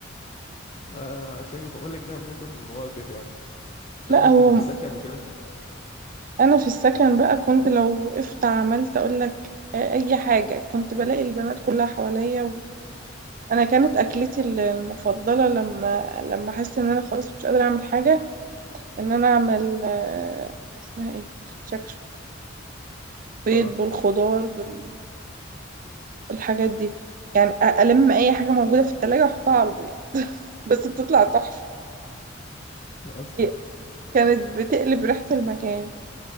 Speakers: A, on the left (about 35°); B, on the right (about 45°).
A: آه، عشان كده بقول لك ده موقف من المواقف يعني طب
B: لا
A: انت
B: هو
A: في السكن وكده
B: انا في السكن بقى كنت لو وقفت عملت اقول لك اي حاجه كنت بلاقي البنات كلها حواليا و... انا كانت اكلتي ال- المفضله لما لما احس ان انا خلاص مش قادره اعمل حاجه ان انا اعمل آه، اسمها ايه شكشك بيض
A: اه
B: بالخضار بال... بالحاجات دي يعني أ- الم اي حاجه موجوده في التلاجة واحطها على البيض <laughs> بس بتطلع تحفه
A: لا اصلا
B: هي كانت بتقلب ريحه المكان